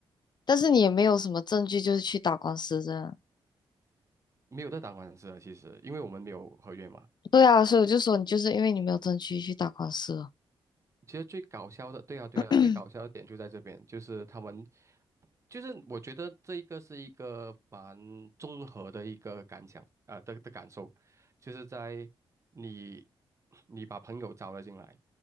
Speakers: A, on the left; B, on the right.
A: 但是你也没有什么证据，就是去打官司这样。
B: 没有在打官司啊，其实因为我们没有合约嘛。
A: 对啊，所以我就说你就是因为你没有证据去打官司了，
B: 其实最搞笑的，对啊，对啊，
A: <clears throat>
B: 最搞笑的点就在这边，就是他们，就是我觉得这一个是一个蛮综合的一个感想啊、的的感受，就是在你你把朋友招了进来，